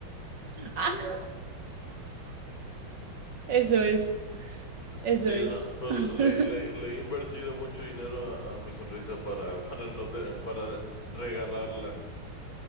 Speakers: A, on the right; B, on the left.
A: <laughs> Eso es, eso
B: Sí,
A: es.
B: no, pero
A: <laughs>
B: le, le- le he invertido mucho dinero a, a mi sonrisa para, <laughs> para no tener, para regalarla.